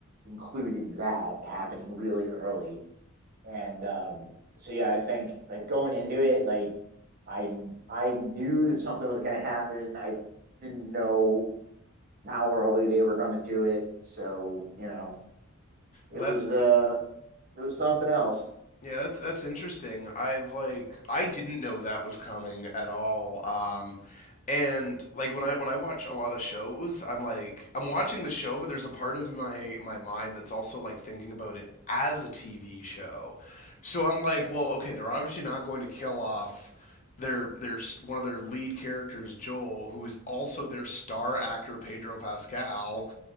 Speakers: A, on the right; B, on the left.
A: included that happening really early. And um, so, yeah, I think like going into it, like I I knew that something was going to happen. I didn't know how early they were going to do it. So you know, it
B: Well,
A: was
B: that's
A: uh, it was something else.
B: Yeah, that's that's interesting. I've like I didn't know that was coming at all. Um and like when I when I watch a lot of shows, I'm like I'm watching the show, but there's a part of my my mind that's also like thinking about it as a TV show. So I'm like, well, okay, they're obviously not going to kill off their their one of their lead characters, Joel, who is also their star actor Pedro Pascal.